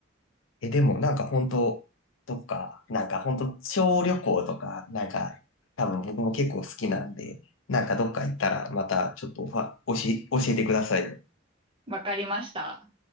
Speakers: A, on the left; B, on the right.
A: え、でも、なんか本当、どっか、なんか本当、小旅行とか、なんか、多分僕も結構好きなんで、なんかどっか行ったら、またちょっとおは、教え教えてください
B: わかりました。